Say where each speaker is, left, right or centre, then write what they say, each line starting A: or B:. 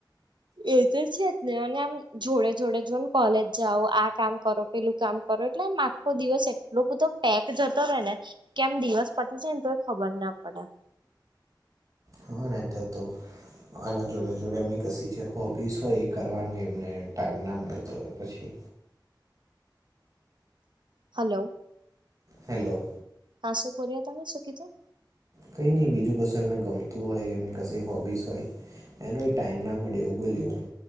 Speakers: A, on the right (about 70°); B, on the right (about 45°).
A: એ તો છે જ ને, અને આમ જોડે જોડે, જો ને, કોલેજ જાઓ, આ કામ કરો. પેલું કામ કરો એટલે આમ આખો દિવસ એટલો બધો પેક જતો રહેે ને કેમ દિવસ પતી જાય ને તો એ ખબર ના પડે
B: હા નંતર તો આના જોડે જોડે એમની કશી જે હોબીસ હોય એ કરવાનું એમને ટાઈમ ના મળતોું હોય પછી.
A: હલો.
B: હેલો.
A: આ શું કર્યા? તમે શું કીધું?
B: કઈ નહી, બીજું કશું એમને ગમતું હોય, એમની કઈ, હોબીસ હોય. એનો ટાઈમ ના મળ્યો, બોલ્યું.